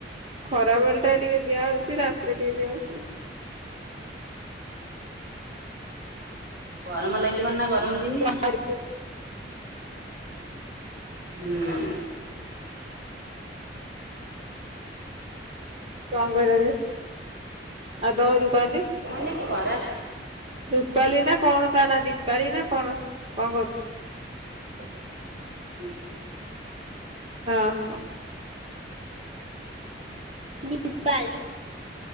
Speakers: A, on the right (about 30°); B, on the right (about 65°).
A: ଖରାବେଳେ ଟା ଟିକେ ଦିଆହଉଚି। ରାତିରେ ଟିକେ ଦିଆହଉଚି।
B: ଗରମ ଲାଗିବନି ନା ଗରମ ଦିନିଆ।
A: କଣ
B: ହୁଁ
A: କଣ କହିଲ ଦେଇ? ଆଉ ତମ ରୁୂପାଲି?
B: ମୁଁ କହିନି ଖରା
A: ରୂପାଲି ନା କଣ ତା ନା? ଦୀପାଳି ନା କଣ? କଣ କରୁଚି?
B: <inaudible>
A: ହଁ ହଁ। ଦୀପାଲି